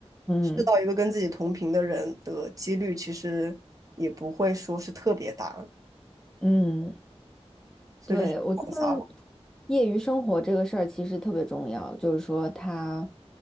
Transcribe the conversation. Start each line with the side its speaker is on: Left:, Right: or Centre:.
Centre: 嗯
Right: 试到一个跟自己同频的人的几率，其实也不会说是特别大，
Centre: 嗯，
Right: 所以就是广撒网。
Centre: 对，我觉得业余生活这个事儿其实特别重要，就是说它，